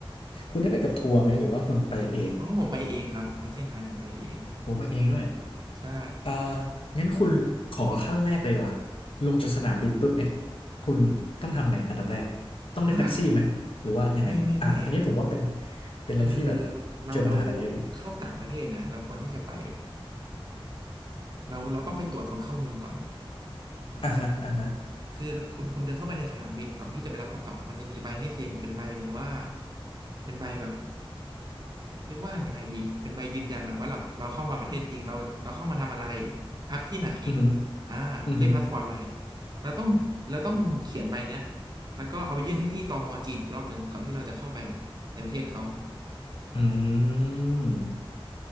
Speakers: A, on the left; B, on the right.
A: คุณได้ไปกับทัวร์ไหมหรือว่าคุณไปเอง
B: เพราะว่าผมไปเองครับไปเซี่ยงไฮ้ผมไปเอง
A: โอ้ไปเองด้วย
B: ใช่
A: อ่างั้นคุณขอขั้นแรกเลยดีกว่ะลงจากสนามบินปุ๊บเนี่ยคุณต้องทำไงอันดับแรกต้องเรียกแท็กซี่ไหมหรือว่ายังไงอ่าอันนี้ผมว่าเป็น
B: อ่าไม่ไม่ไม่
A: เป็นอะไรที่แบบ
B: คือเราเรา
A: เจอปัญหากันเยอะอยู่
B: เข้าต่างประเทศเนี่ยเราควรที่จะไปเราเราต้องไปตรวจคนเข้าเมืองก่อนอ่า
A: อ่าฮะอ่าฮะ
B: คือคุณคุณเดินเข้าไปในสนามบินก่อนที่จะไปรับกระเป๋ามันจะมีใบให้เซ็นเป็นใบเหมือนว่าเป็นใบแบบ เรียกว่ายังไงดี เป็นใบยืนยันอะว่าเราเราเข้ามาประเทศจริงเราเราเข้ามาทำอะไรพักที่ไหน
A: อือฮึ
B: อ่าเลขพาสปอร์ตอะไร
A: อือฮึ
B: เราต้องเราต้องเขียนใบเนี้ยแล้วก็เอาไปยื่นให้ที่ตมจีนอีกรอบหนึ่งก่อนที่เราจะเข้าไปในประเทศเขา
A: อืม